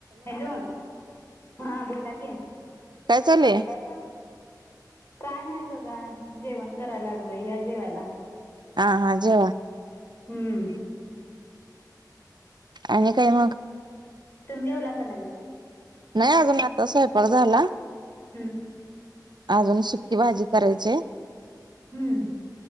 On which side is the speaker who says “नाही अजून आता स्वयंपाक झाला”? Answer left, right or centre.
Right